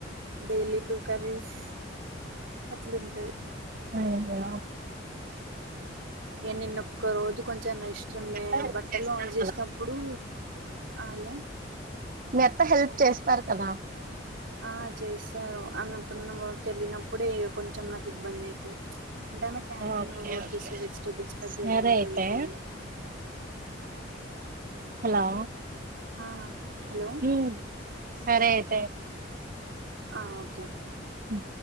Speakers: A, on the right (about 85°); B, on the right (about 45°).
A: డైలీ టూ కర్రీస్ అట్లుంటాది
B: అయ్యో
A: ఇని నేన్నొక్క రోజు కొంచెం రెస్ట్ ఉండే
B: హెల్ప్
A: బట్టలు
B: చేస్తారు
A: ఐరన్ చేసిన
B: కదా,
A: ఇప్పుడు ఆళ్ళు
B: మీ అత్త హెల్ప్ చేస్తారు కదా
A: ఆ చేశారు ఆమె ఎప్పుడన వర్క్ వెళ్ళినప్పుడే ఇక కొంచెం నాకు ఇబ్బంది అవుతుంది అంటే ఆమె క్యాటరింగ్
B: ఓకే
A: లో వర్క్
B: ఓకే
A: చేసే వెజిటేబుల్స్ కట్
B: సరే
A: చేయడానికి
B: అయితే
A: వెళ్తాది
B: హలో
A: ఆ హలో
B: ఉమ్ సరే అ
A: ఆ ఓకే
B: అం